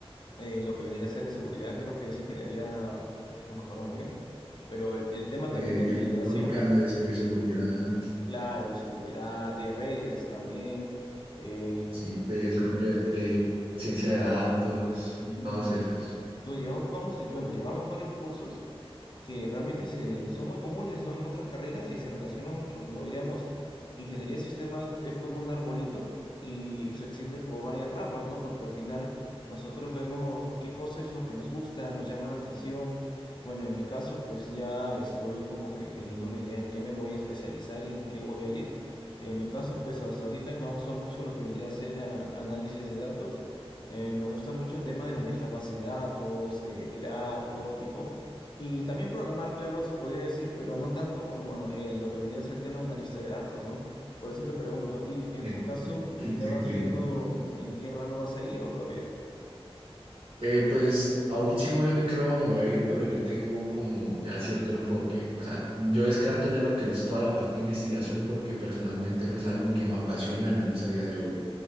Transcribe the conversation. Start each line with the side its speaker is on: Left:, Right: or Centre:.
Left: eh, lo que vendría a ser de seguridad, creo que es ingeniería, ay, no me acuerdo muy bien, pero el, el tema
Right: Eh,
Left: también de administración,
Right: electrónica, de ciberseguridad.
Left: claro, de seguridad, de redes también, eh,
Right: sí, de desarrollo de, de ciencia de datos,
Left: y
Right: todas esas.
Left: tú llevamos, vamos, a- bueno, llevamos varios cursos que realmente se, son muy comunes, ¿no? En otras carreras y se relaciona mucho. Como diríamos, ingeniería de sistemas es como un arbolito y se extiende por varias ramas, ¿no? Porque al final nosotros vemos qué cosa es lo que nos gusta, nos llama la atención. Bueno, en mi caso, pues ya estoy como que teniendo una idea en qué me voy a especializar y en qué voy a ir. En mi caso, pues hasta ahorita me ha gustado mucho lo que vendría a ser ah, análisis de datos. Eh, me gusta mucho el tema de manejar base de datos, eh, crear todo tipo. Y también programar, claro, se podría decir, pero no tanto como eh, lo que vendría a ser el tema de analista de datos, ¿no? Por eso te pregunto a ti, en
Right: Entiendo,
Left: tu caso,
Right: <clears throat>
Left: ¿ya
Right: entiendo.
Left: vas viendo
Right: entiendo.
Left: que- en qué rama vas a ir o todavía?
Right: Eh, pues aún sigo viendo en qué rama me voy a ir, pero yo tengo como ya cierto enfoque. O sea, yo descarto ya lo que es toda la parte de investigación porque personalmente no es algo que me apasione, al menos a día de hoy.